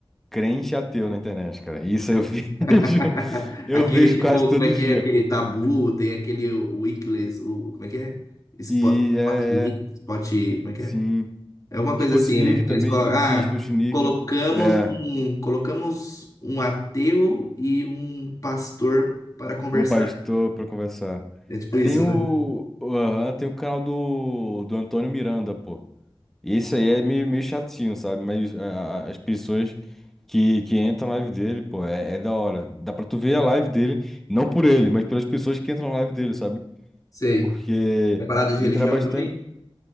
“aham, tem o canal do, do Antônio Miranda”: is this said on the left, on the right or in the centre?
Centre